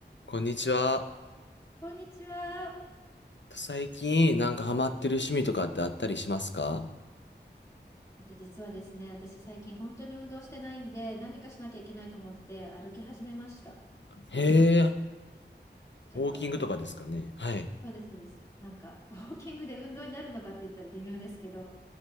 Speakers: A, on the left; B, on the left.
A: こんにちは。
B: こんにちは。
A: 最近なんかハマってる趣味とかってあったりしますか
B: えっと、実はですね、私最近本当に運動してないんで、何かしなきゃいけないと思って歩き始めました。
A: へえ、
B: ちょっと、
A: ウォーキングとかですかね。
B: あの、
A: はい。
B: そうです、そうです。なんか、ウォーキングで運動になるのかって言ったら微妙ですけど、